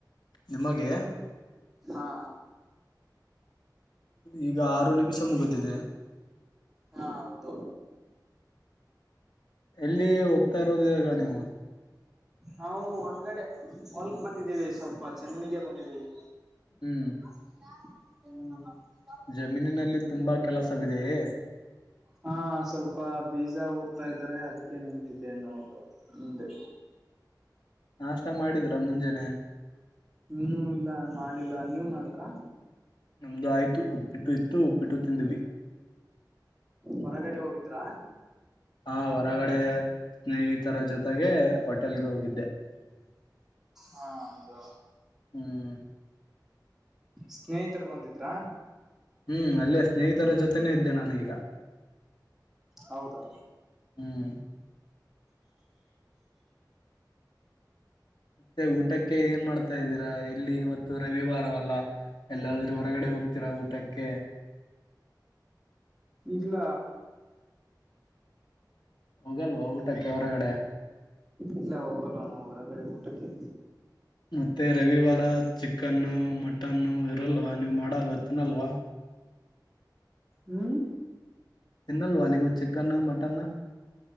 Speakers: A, on the left; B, in the centre.
A: ನಿಮಗೆ.
B: ಹಾ.
A: ಈಗ ಆರು ನಿಮಿಷ ಮುಗಿದಿದೆ
B: ಹಾ ಹೌದು
A: ಎಲ್ಲಿ ಹೋಗ್ತಾ ಇರೋದ ಈಾಗ ನೀವು
B: ನಾವು ಹೊಳಗಡೆ ಹೊಲ್ಕ್ ಬಂದಿದ್ದೀವಿ ಸ್ವಲ್ಪ ಜನ್ನನಿಗೆ ಬಂದಿದ್ದೀವಿ
A: ಹ್ಮ್
B: <unintelligible>
A: ಜಮೀನಿನಲ್ಲಿ ತುಂಬಾ ಕೆಲಸವಿದೆಯೇ
B: ಹಾ ಸ್ವಲ್ಪ ಬೀಜ ಊರ್ತಾ ಇದಾರೆ ಅದಕ್ಕೆ ನಿಂತಿದ್ದೆನ್ನೋದು ಮುಂದೆ
A: ನಾಷ್ಟ ಮಾಡಿದ್ರಾ ಮುಂಜಾನನೆ
B: ಇನ್ನುೂ ಇಲ್ಲ ಮಾಡಿಲ್ಲ ನೀವ ಮಾಡಿದ್ರ
A: ನಮ್ದು ಆಯ್ತು ಉಪ್ಪಿಟ್ಟು ಇತ್ತು ಉಪ್ಪಿಟ್ಟು ತಿಂದ್ವಿ
B: ಹೊರಗಡೆ ಹೋಗಿದ್ರಾ
A: ಹಾ ಹೊರಗಡೆ ಸ್ನೇಹಿತರ ಜೊತೆಗೆ ಹೋಟೆಲ್ಗೆ ಹೋಗಿದ್ದೆ
B: ಹಾ ಹೌದು
A: ಹ್ಮ್
B: ಸ್ನೇಹಿತರು ಬಂದಿದ್ರಾ
A: ಹ್ಮ್ ಅಲ್ಲೇ ಸ್ನೇಹಿತರ ಜೊತೆನೇ ಇದ್ದೆ ನಾನೀಗ
B: ಹೌದಾ
A: ಹ್ಮ್ ಮತ್ತೆ ಊಟಕ್ಕೆ ಏನ್ ಮಾಡ್ತಾ ಇದ್ದೀರಾ ಎಲ್ಲಿ ಇವತ್ತು ರವಿವಾರವಲ್ಲ ಎಲ್ಲಾದ್ರೂ ಹೊರಗಡೆ ಹೋಗ್ತೀರಾ ಊಟಕ್ಕೆ
B: ಇಲ್ಲ
A: ಹೋಗಲ್ವ ಊಟಕ್ಕೆ ಹೊರಗಡೆ
B: ಇಲ್ಲ ಹೋಗಲ್ವ ನಾವು ಹೊರಗಡೆ ಊಟಕ್ಕೆ
A: ಮತ್ತೆ ರವಿವಾರ ಚಿಕನ್ನು ಮಟನ್ನು ಇರಲ್ವ ನೀವು ಮಾಡಲ್ವ ತಿನ್ನಲ್ವ
B: ಹ್ಮ್
A: ತಿನ್ನಲ್ವಾ ನೀವು ಚಿಕನ್ನು ಮಟನ್